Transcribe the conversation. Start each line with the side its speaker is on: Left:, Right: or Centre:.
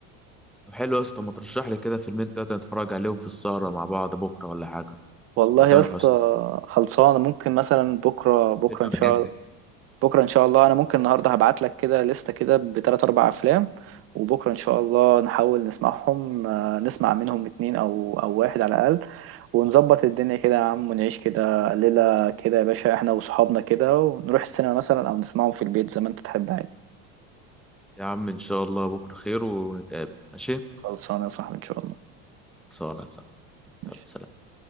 Centre: طب حلو يا اسطى ما ترشح لي كده فيلمين تلاتة نتفرج عليهم في السهرة مع بعض بكرة ولا حاجة
Right: والله
Centre: بتاع تامر
Right: يا اسطى
Centre: حسني
Right: خلصانه ممكن مثلا بكره بكره
Centre: فيلم
Right: ان شاء
Centre: بحب
Right: بكره ان شاء الله انا ممكن النهارده هبعت لك كده لستة كده بثلاث اربع افلام وبكره ان شاء الله نحاول نسمعهم آه، نسمع منهم اتنين او او واحد على الاقل ونظبط الدنيا كده يا عم ونعيش كده ليله كده يا باشا احنا واصحابنا كده ونروح السينما مثلا او نسمعهم في البيت زي ما انت تحب عادي
Centre: يا عم إن شاء الله بكرة خير ونتقابل ماشي؟
Right: خلصانه يا صاحبي ان شاء الله
Centre: صلاة صح
Right: ماشي.
Centre: يلا سلام